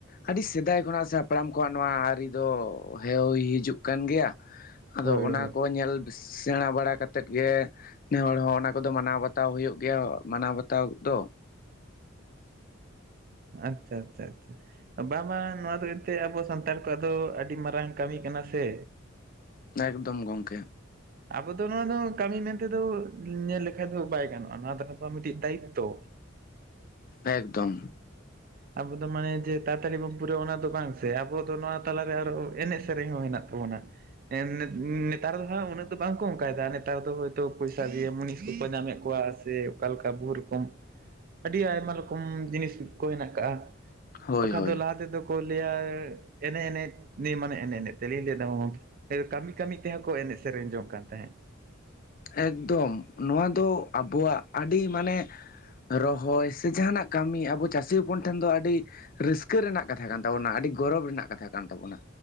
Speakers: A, on the left; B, on the right.
A: ᱟᱹᱰᱤ ᱥᱮᱫᱟᱭ ᱠᱷᱚᱱᱟᱜ ᱥᱮ ᱦᱟᱯᱲᱟᱢ ᱠᱚᱣᱟᱜ ᱱᱚᱣᱟ ᱟᱹᱨᱤ ᱫᱚ ᱦᱮᱣ ᱦᱤᱡᱩᱜ ᱠᱟᱱ, ᱜᱮᱭᱟ ᱟᱫᱚ
B: ᱦᱳᱭ
A: ᱚᱱᱟ
B: ᱦᱳᱭ
A: ᱠᱚ ᱧᱮᱞ ᱥᱮᱬᱟ ᱵᱟᱲᱟ ᱠᱟᱛᱮᱫ ᱜᱮ ᱱᱮ ᱦᱚᱲ ᱦᱚᱸ ᱚᱱᱟ ᱠᱚᱫᱚ ᱢᱟᱱᱟᱣ ᱵᱟᱛᱟᱣ ᱦᱩᱭᱩᱜ ᱜᱮᱭᱟ ᱢᱟᱱᱟᱣ ᱵᱟᱛᱟᱣ᱾ ᱛᱟᱣ ᱫᱚ
B: ᱟᱪᱪᱷᱟ ᱟᱪᱪᱷᱟ ᱟᱪᱪᱷᱟ ᱵᱟᱝ ᱵᱟᱝ ᱱᱚᱣᱟ ᱫᱚ ᱮᱱᱛᱮᱫ ᱟᱵᱚ ᱥᱟᱱᱛᱟᱲ ᱠᱚᱣᱟᱜ ᱫᱚ ᱟᱹᱰᱤ ᱢᱟᱨᱟᱝ ᱠᱟᱹᱢᱤ ᱠᱟᱱᱟ ᱥᱮ
A: ᱮᱠᱫᱚᱢ ᱜᱚᱝᱠᱮ
B: ᱟᱵᱚ ᱫᱚ ᱱᱚᱣᱟ ᱫᱚ ᱠᱟᱹᱢᱤ ᱢᱮᱱ ᱛᱮᱫᱚ ᱧᱮᱞ ᱞᱮᱠᱷᱟᱱ ᱫᱚ ᱵᱟᱭ ᱜᱟᱱᱚᱜ-ᱟ ᱱᱚᱣᱟ ᱫᱚ ᱟᱵᱚᱣᱟᱜ ᱢᱤᱫᱴᱤᱡ ᱫᱟᱭᱤᱛᱛᱚ
A: ᱮᱠᱫᱚᱢ
B: ᱟᱵᱚ ᱫᱚ ᱢᱟᱱᱮ ᱡᱮ ᱛᱟᱲᱟ ᱛᱟᱲᱤ ᱵᱚᱱ ᱯᱩᱨᱟᱹᱣ-ᱟ ᱚᱱᱟ ᱫᱚ ᱵᱟᱝ ᱥᱮ ᱟᱵᱚ ᱫᱚ ᱱᱚᱣᱟ ᱛᱟᱞᱟᱨᱮ ᱟᱨᱚ ᱮᱱᱮᱡ ᱥᱮᱨᱮᱧ ᱦᱚᱸ ᱢᱮᱱᱟᱜ ᱛᱟᱵᱚᱱᱟ ᱱᱮᱛᱟᱨ ᱫᱚ ᱦᱟᱸᱜ ᱩᱱᱟᱹᱜ ᱫᱚ ᱵᱟᱝ ᱠᱚ ᱚᱱᱠᱟᱭᱟ ᱱᱮᱛᱟᱨ ᱫᱚ ᱦᱳᱭᱛᱳ ᱯᱚᱭᱥᱟ ᱫᱤᱭᱮ ᱢᱩᱱᱤᱥ ᱠᱚᱠᱚ ᱧᱟᱢᱮᱫ ᱠᱚᱣᱟ ᱥᱮ ᱚᱠᱟᱞᱮᱠᱟ ᱵᱚᱦᱩ ᱨᱚᱠᱚᱢ ᱟᱹᱰᱤ ᱟᱭᱢᱟ ᱨᱚᱠᱚᱢ ᱡᱤᱱᱤᱥ ᱠᱚ ᱦᱮᱱᱟᱜ ᱠᱟ ᱟᱜ
A: ᱦᱳᱭ
B: ᱵᱟᱠᱟ
A: ᱦᱳᱭ
B: ᱫᱚ ᱞᱟᱦᱟ ᱛᱮ ᱫᱚ ᱠᱚ ᱞᱟᱹᱭ ᱟ ᱮᱱᱮᱡ ᱮᱱᱮᱡ ᱱᱤ ᱢᱟᱱᱮ ᱮᱱᱮᱡ ᱮᱱᱮᱡ ᱛᱮ ᱞᱤᱧ ᱞᱮᱭ ᱫᱟ ᱜᱚᱢᱠᱮ ᱠᱟᱹᱢᱤ ᱠᱟᱹᱢᱤ ᱛᱮᱦᱚᱸ ᱠᱚ ᱮᱱᱮᱡ ᱥᱮᱨᱮᱧ ᱡᱚᱝ ᱠᱟᱱ ᱛᱟᱦᱮᱸᱫ
A: ᱮᱠᱫᱚᱢ, ᱱᱚᱣᱟ ᱫᱚ ᱟᱵᱚᱣᱟᱜ ᱟᱹᱰᱤ ᱢᱟᱱᱮ ᱨᱚᱦᱚᱭ ᱥᱮ ᱡᱟᱦᱟᱱᱟᱜ ᱠᱟᱹᱢᱤ ᱟᱵᱚ ᱪᱟᱹᱥᱤ ᱦᱚᱯᱚᱱ ᱴᱷᱮᱱ ᱫᱚ ᱟᱹᱰᱤ ᱨᱟᱹᱥᱠᱟᱹ ᱨᱮᱱᱟᱜ ᱠᱟᱛᱷᱟ ᱠᱟᱱ ᱛᱟᱵᱚᱱᱟ ᱟᱹᱰᱤ ᱜᱚᱨᱚᱵ ᱨᱮᱱᱟᱜ ᱠᱟᱛᱷᱟ ᱠᱟᱱ ᱛᱟᱵᱚᱱᱟ